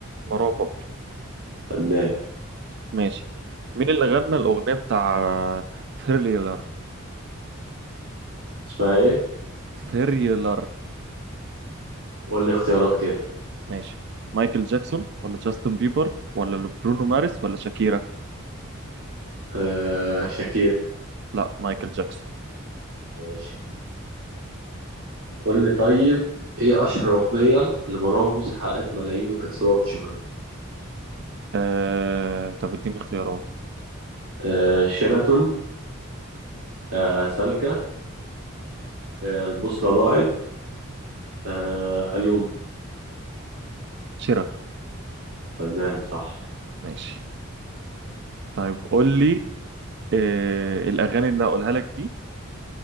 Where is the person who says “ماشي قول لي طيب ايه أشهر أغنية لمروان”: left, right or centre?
Right